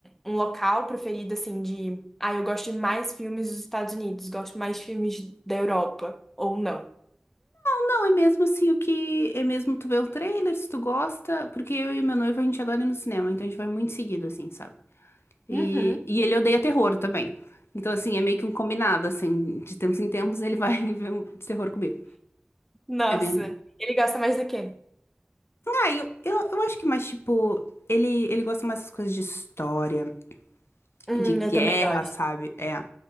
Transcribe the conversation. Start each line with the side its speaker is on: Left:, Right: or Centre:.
Centre: um local preferido assim de, ah, eu gosto de mais filmes dos Estados Unidos, gosto mais de filmes da Europa ou não?
Left: Não, é mesmo assim o que. É mesmo tu vê o trailer, se tu gosta. Porque eu e meu noivo a gente adora ir no cinema, então a gente vai muito seguido, assim, sabe? E,
Centre: Uhum.
Left: e ele odeia terror também. Então, assim, é meio que um combinado, assim. De tempos em tempos ele vai <laughs> ver um de terror comigo.
Centre: Nossa,
Left: É bem.
Centre: ele gosta mais do quê?
Left: Ah, eu, eu, eu acho que mais, tipo. Ele, ele gosta mais das coisas de história,
Centre: Hum,
Left: de guerra,
Centre: eu também gosto.
Left: sabe? É.